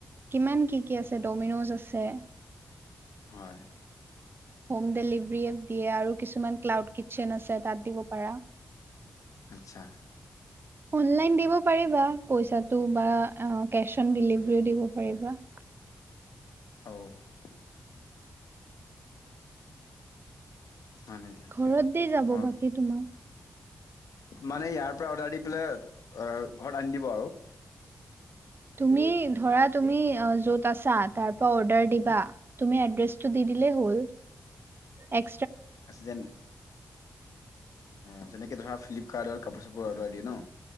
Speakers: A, on the right (about 40°); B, on the left (about 80°).
A: কিমান কি কি আছে। ডমিন'জ আছে।
B: হয়।
A: হোম ডেলিভাৰী দিয়ে আৰু কিছুমান ক্লাউড কিটচেন আছে তাত দিব পাৰা।
B: আচ্ছা।
A: অনলাইন দিব পাৰিবা, পইচাটো বা কেচ অন ডেলিভাৰীও দিব পাৰিবা। <inaudible>
B: অ'। হয় নেকি
A: ঘৰত দি যাব
B: অ
A: বাকী তোমাক
B: মানে ইয়াৰ পৰা অৰ্ডাৰ দি পেলাই আ, ঘৰত আনি দিব আৰু।
A: তুমি ধৰা, তুমি অ', য'ত আছা তাৰ পৰা অৰ্ডাৰ দিবা। তুমি এড্ৰেছটো দি দিলেই হ'ল। এক
B: আছে যেন, অ', যেনেকে ধৰা ফ্লিপকাৰ্টত কাপোৰ-চাপোৰ অৰ্ডাৰ দিয়ে ন?